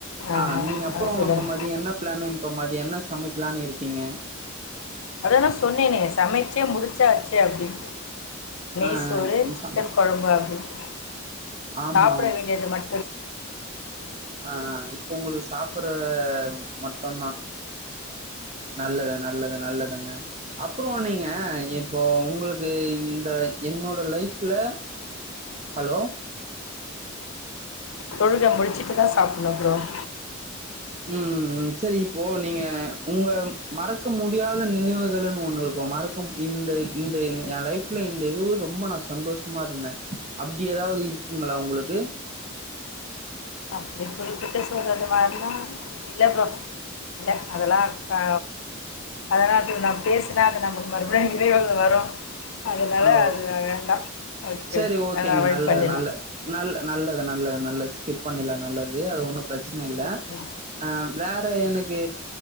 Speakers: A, on the right; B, on the left.
A: ஆஹ
B: ஆமா.
A: நீங்க அப்புறம்
B: ஆ சொல்லுங்க.
A: இப்ப மதியம் என்ன பிளான் இப்ப மதியம் என்ன சமைக்கலான்னு இருக்கீங்க
B: அதெல்லாம் சொன்னே நீ சமைச்சே முடிச்சாச்சே அப்படின்ட்டு நெய்
A: ஆ
B: சோறு சிக்கன்
A: ஆ
B: குழம்பு அப்படின்ட்டு
A: ஆமா
B: சாப்பிட வேண்டியது மட்டும் தான்
A: அஹ இப்போ உங்களுக்கு சாப்பிற மட்டும்தான் நல்லது நல்லது நல்லதுங்க அப்புறம் நீங்க இப்போ உங்களுக்கு இந்த என்னோட லைஃப்ல ஹலோ
B: தொழுகை முடிச்சிட்டுதான் சாப்பிடணும் அப்பறம்
A: உம் சரி இப்போ நீங்க உங்க மறக்க முடியாத நினைவுகள்ன்னு ஒண்ணு இருக்கும் மறக்க இந்த இந்த என் லைஃப்ல இந்த இது ரொம்ப நான் சந்தோஷமா இருந்தேன் அப்படி ஏதாவது இருக்குங்களா உங்களுக்கு
B: அப்டி குறிப்பிட்டு சொல்றத வர்லா இல்ல ப்ரோ இல்ல அதெல்லாம் ஆ அதலா அப்பியு நா பேசனா அது நமக்கு மறுபடியும் விளைவுகள் வரும் அதனால
A: ஆ
B: அதக்கு வேண்டா ஓகே
A: சரி
B: ஓகே
A: ஓகேங்க
B: அதனால அவாயிட்
A: நல்லது
B: பண்ணிலா
A: நல்ல நல்ல நல்லது நல்லது நல்லது ஸ்கிப் பண்ணிலா நல்லது அது ஒன்னும் பிரச் சின இல்ல
B: ம்
A: ஆ வேற எனக்கு